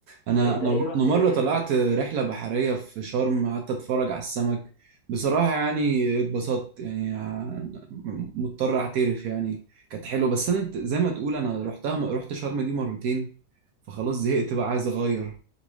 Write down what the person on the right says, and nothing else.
انا
انا
انا مره
طلعت رحله بحريه في شرم قعدت اتفرج على السمك بصراحه يعني اتبسطت يعني ع- مضطر اعترف يعني كانت حلوه بس انا انت- زي ما تقول انا رحتها رحت شرم دي مرتين فخلاص زهقت بقى عايز اغير